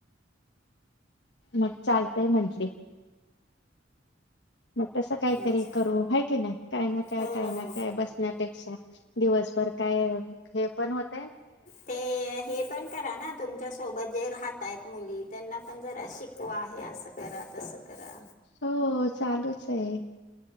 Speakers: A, on the left; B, on the left.
A: मग चालतयं म्हटले. मग तस काहीतरी
B: अच्छा.
A: करू आहे की नाही, काय ना काय
B: हो
A: काय ना काय बसण्यापेक्षा. दिवसभर काय हे पण होत
B: ते हे पण करा ना तुमच्या सोबत जे राहतायत मुली त्यांना पण जरा शिकवा हे असं करा तसं करा.
A: हो चालूच आहे